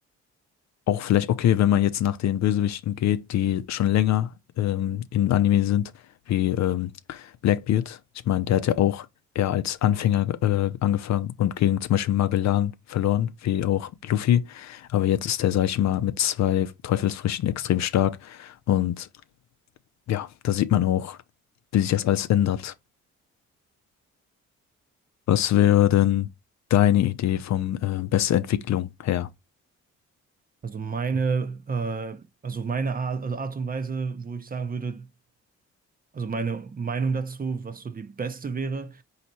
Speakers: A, on the left (about 65°); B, on the right (about 30°).
A: auch vielleicht okay, wenn man jetzt nach den Bösewichten geht, die schon länger ähm, in Anime sind, wie ähm, Blackbeard. Ich meine, der hat ja auch eher als Anfänger äh, angefangen und gegen zum Beispiel Magellan verloren, wie auch Luffy. Aber jetzt ist der, sag ich mal, mit zwei Teufelsfrüchten extrem stark. Und ja, da sieht man auch, wie sich das alles ändert. Was wäre denn deine Idee vom äh, beste Entwicklung her?
B: Also meine, äh, also meine Art, also Art und Weise, wo ich sagen würde, also meine Meinung dazu, was so die beste wäre,